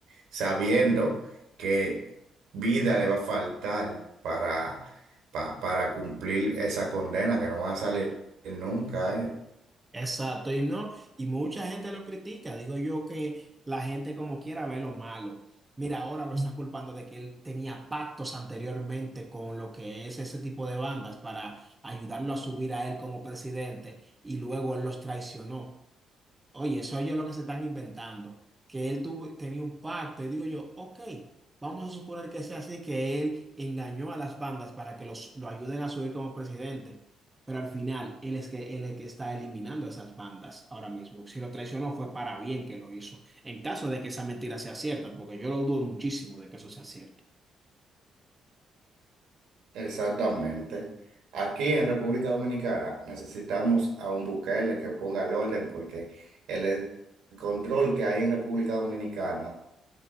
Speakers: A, on the right (about 85°); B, on the right (about 15°).
A: sabiendo que vida le va a faltar para, pa- para cumplir esa condena, que no van a salir nunca, ¿eh?
B: Exacto, y no, y mucha gente lo critica. Digo yo que la gente como quiera ve lo malo. Mira, ahora lo están culpando de que él tenía pactos anteriormente con lo que es ese tipo de bandas para ayudarlo a subir a él como presidente y luego él los traicionó. Oye, eso oye lo que se están inventando, que él tuvo, tenía un pacto y digo yo, ok, vamos a suponer que sea así, que él engañó a las bandas para que los, lo ayuden a subir como presidente, pero al final él es que, él es que está eliminando esas bandas ahora mismo. Si lo traicionó fue para bien que lo hizo, en caso de que esa mentira sea cierta, porque yo lo dudo muchísimo de que eso sea cierto.
A: Exactamente. Aquí en República Dominicana necesitamos a un Bukele que ponga el orden porque el, el control que hay en República Dominicana,